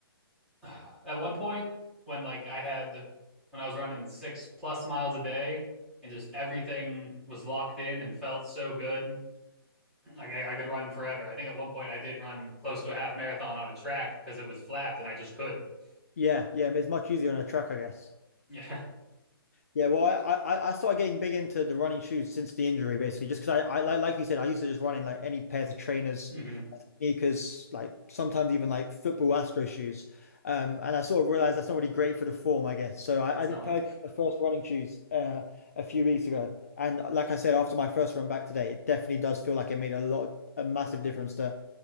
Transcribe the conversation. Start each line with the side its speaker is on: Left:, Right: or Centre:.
Centre: <sighs> uh, at one point when like I had when I was running six plus miles a day and just everything was locked in and felt so good. like I, I could run forever. I think at one point I did run close to a half marathon on a track because it was flat and I just could. <laughs>
Left: Yeah, yeah, it's much easier on a track, I guess.
Centre: Yeah.
Left: Yeah, well, I, I I started getting big into the running shoes since the injury, basically, just because I, I like like you said, I used to just run in like any pairs of trainers
Centre: hmm
Left: sneakers, like sometimes even like football Astro shoes. Um, and I sort of realized that's not really great for the form, I guess. So I,
Centre: It's
Left: I did
Centre: not
Left: purchase the first running shoes uh, a few weeks ago. And like I said, after my first run back today, it definitely does feel like it made a lot, a massive difference to